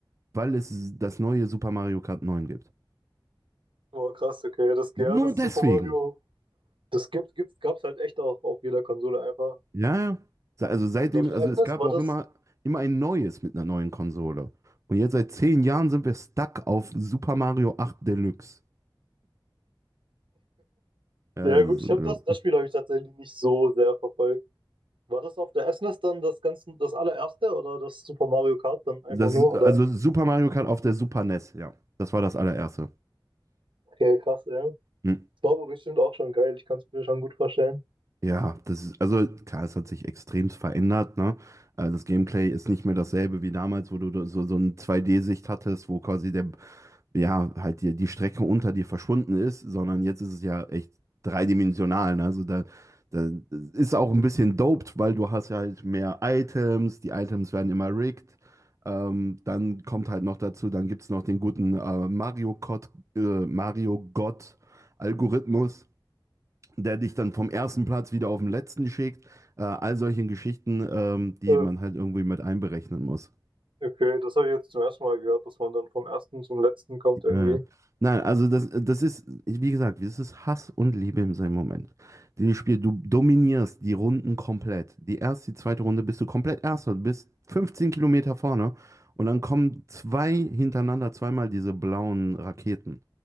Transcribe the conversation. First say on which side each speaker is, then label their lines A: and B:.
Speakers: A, on the right; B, on the right.
A: weil es das neue Super Mario Kart neun gibt.
B: Boah, krass, okay, das,
A: Nur
B: ja, das
A: deswegen.
B: Super Mario, das gibt, gibt, gab's halt echt auch auf jeder Konsole einfach.
A: Ja, ja. Se- Also seitdem,
B: Und Auf der
A: also
B: Essenes,
A: es gab
B: war
A: auch
B: das?
A: immer, immer ein neues mit einer neuen Konsole. Und jetzt seit zehn Jahren sind wir stuck auf Super Mario 8 Deluxe. Ja,
B: Ja
A: das
B: gut,
A: ist
B: ich
A: unglaublich.
B: habe das, das Spiel habe ich tatsächlich nicht so sehr verfolgt. War das auf der SNES dann das ganze, das allererste oder das Super Mario Kart dann einfach
A: Das,
B: nur? Oder?
A: also Super Mario Kart auf der Super NES, ja. Das war das allererste.
B: Okay, krass, ja. Das
A: Hm.
B: war aber bestimmt auch schon geil, ich kann es mir schon gut vorstellen.
A: Ja, das ist, also klar, es hat sich extremst verändert, ne? Also das Gameplay ist nicht mehr dasselbe wie damals, wo du so, so eine 2D-Sicht hattest, wo quasi der, ja, halt die, die Strecke unter dir verschwunden ist, sondern jetzt ist es ja echt dreidimensional. Ne? Also da, da das ist auch ein bisschen doped, weil du hast ja halt mehr Items, die Items werden immer rigged. Ähm, dann kommt halt noch dazu, dann gibt es noch den guten äh, Mario Gott, äh, Mario Gott Algorithmus, der dich dann vom ersten Platz wieder auf den letzten schickt. Äh, all solche Geschichten, ähm, die
B: Äh,
A: man halt irgendwie mit einberechnen muss.
B: okay, das habe ich jetzt zum ersten Mal gehört, dass man dann vom ersten zum letzten kommt irgendwie.
A: Ja, ja. Nein, also das, das ist, wie gesagt, das ist Hass und Liebe in seinem Moment. Dieses Spiel, du dominierst die Runden komplett. Die erste, die zweite Runde bist du komplett Erster, du bist 15 Kilometer vorne und dann kommen zwei hintereinander, zweimal diese blauen Raketen,